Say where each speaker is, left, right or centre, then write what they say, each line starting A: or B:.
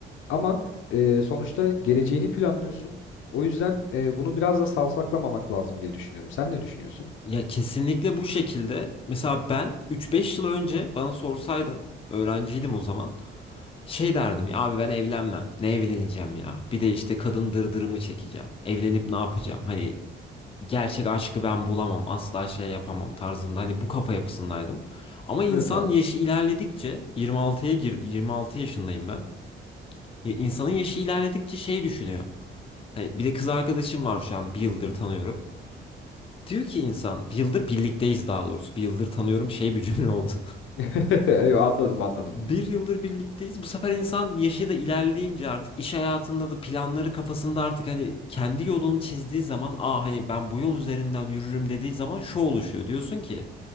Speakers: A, on the left (about 80°); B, on the left (about 30°).
A: Ama e, sonuçta geleceğini planlıyorsun. O yüzden e, bunu biraz da savsaklamamak lazım diye düşünüyorum. Sen ne düşünüyorsun?
B: Ya kesinlikle bu şekilde. Mesela ben 3-5 yıl önce bana sorsaydın, öğrenciydim o zaman. Şey derdim ya abi ben evlenmem. Ne evleneceğim ya? Bir de işte kadın dırdırımı çekeceğim. Evlenip ne yapacağım? Hani gerçek aşkı ben bulamam. Asla şey yapamam tarzında. Hani bu kafa yapısındaydım. Ama insan
A: Evet abi.
B: yaşı ilerledikçe 26'ya girdi. 26 yaşındayım ben. Ya İnsanın yaşı ilerledikçe şey düşünüyor. Hani bir de kız arkadaşım var şu an bir yıldır tanıyorum. Diyor ki insan bir yıldır birlikteyiz daha doğrusu. Bir yıldır tanıyorum şey bir cümle oldu. <laughs>
A: <laughs> Yo, Anladım anladım
B: Bir
A: onu.
B: yıldır birlikteyiz. Bu sefer insan yaşı da ilerleyince artık iş hayatında da planları kafasında artık hani kendi yolunu çizdiği zaman aa hani ben bu yol üzerinden yürürüm dediği zaman şu oluşuyor. Diyorsun ki